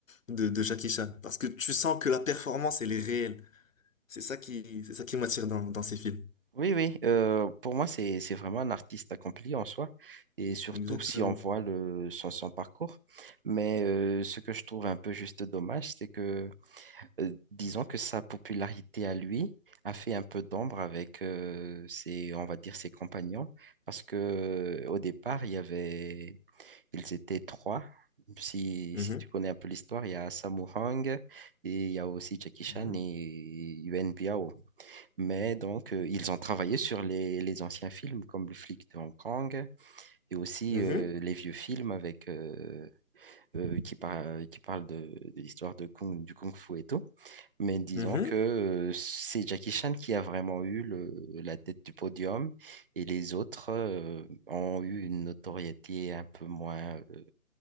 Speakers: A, on the left; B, on the right.
A: de, de Jackie Chan. Parce que tu sens que la performance, elle est réelle. C'est ça qui, c'est ça qui m'attire dans, dans ces films.
B: oui, oui. euh, pour moi, c'est, c'est vraiment un artiste accompli en soi, et surtout
A: Exactement.
B: si on voit le, son, son parcours. Mais euh, ce que je trouve un peu juste dommage, c'est que euh, disons que sa popularité à lui a fait un peu d'ombre avec euh, ses, on va dire, ses compagnons, parce que euh, au départ, il y avait, ils étaient trois. Si,
A: Mhm.
B: si tu connais un peu l'histoire, il y a Sammo Hung et il y a aussi Jackie Chan
A: Mhm.
B: et Yuan Biao. Mais donc, euh, ils ont travaillé sur les, les anciens films comme Le flic de Hong Kong et aussi
A: Mhm.
B: euh, les vieux films avec, euh, euh, qui, par- qui parlent de, de l'histoire de Kung, du Kung Fu et tout. Mais disons
A: Mhm.
B: que euh, c'est Jackie Chan qui a vraiment eu le- la tête du podium et les autres euh, ont eu une notoriété un peu moins euh,